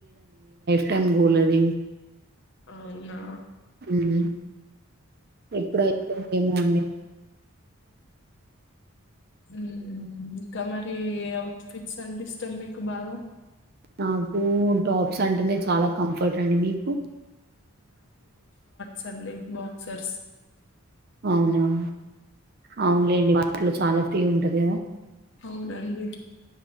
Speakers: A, on the right; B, on the left.
A: టైం గోల్ అదీ
B: అవునా
A: మ్మ్ ఎప్పుడైతదో ఏమో అండి.
B: హ్మ్ హు ఇంకా మరీ ఏ అవుట్ ఫిట్స్ అంటే ఇష్టం మీకు బాగా?
A: నాకు టాప్స్ అంటేనే చాలా కంఫర్ట్ అండి మీకు
B: చల్లి బాక్సర్స్
A: అవునవును అవునులేండి వాటిలో చాలా ప్రీ ఉండదు
B: అవునండి